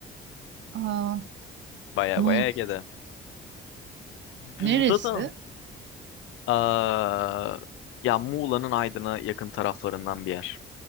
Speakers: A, on the right (about 65°); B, on the left (about 90°).
A: Aa,
B: Baya
A: Muğla
B: baya Ege'de. Burada
A: neresi?
B: da aa, ya Muğla'nın Aydın'a yakın taraflarından bir yer.